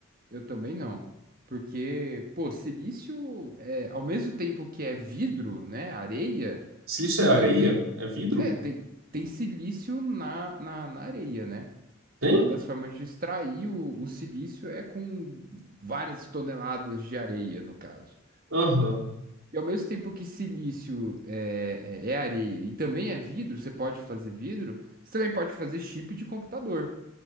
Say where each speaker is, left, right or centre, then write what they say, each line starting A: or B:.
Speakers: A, on the right; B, on the right.
A: Eu também não. Porque, pô, silício é, ao mesmo tempo que é vidro, né, areia,
B: Se isso é areia?
A: também
B: É vidro?
A: é, tem, tem silício na, na, na areia, né?
B: Tem?
A: Uma das formas de extrair o, o silício é com várias toneladas de areia, no caso.
B: Aham.
A: E ao mesmo tempo que silício é, é, é areia e também é vidro, você pode fazer vidro, você também pode fazer chip de computador.